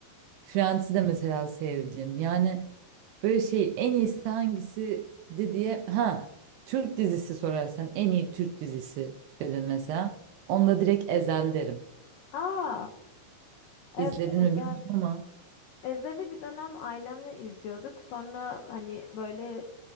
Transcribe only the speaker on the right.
Friends'i de mesela sevdim. Yani böyle şey en iyisi hangisi de diye ha Türk dizisi sorarsan en iyi Türk dizisi dedin mesela. Onda direkt Ezel derim.
İzledin
mi bilmiyorum ama.